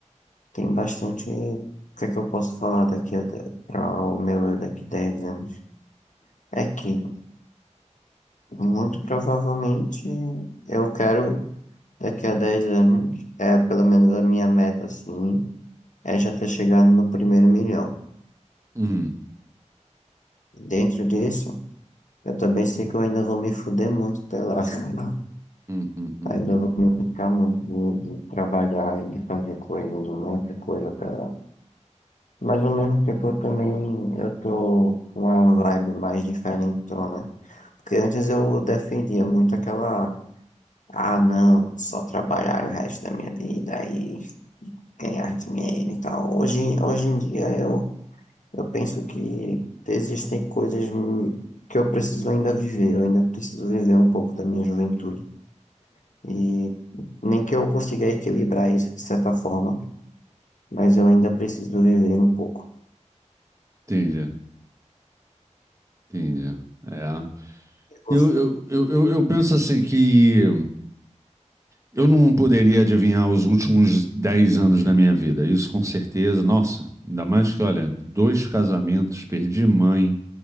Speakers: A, on the left; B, on the right.
A: tem bastante. O que é que eu posso falar daqui a para o meu eu daqui a 10 anos? É que, muito provavelmente, eu quero, daqui a 10 anos, é pelo menos a minha meta, assim, é já ter chegado no primeiro milhão.
B: Hum.
A: Dentro disso, Eu também sei que eu ainda vou me fuder muito até lá. <laughs>
B: Hum, hum, hum,
A: Ainda
B: hum.
A: vou me ficar muito de, de trabalhar e de fazer coisas, um monte de coisa até lá. Mas ao mesmo tempo eu também eu tô com uma vibe mais diferentona. Porque antes eu defendia muito aquela, ah não, só trabalhar o resto da minha vida e ganhar dinheiro e tal. Hoje, hoje em dia eu, eu penso que existem coisas hum, que eu preciso ainda viver, eu ainda preciso viver um pouco da minha juventude. E nem que eu consiga equilibrar isso de certa forma, mas eu ainda preciso viver um pouco.
B: Entendi, entendi. É.
A: E você-
B: Eu, eu, eu, eu eu penso assim que eu não poderia adivinhar os últimos 10 anos da minha vida. Isso com certeza. Nossa, ainda mais que, olha, dois casamentos, perdi mãe,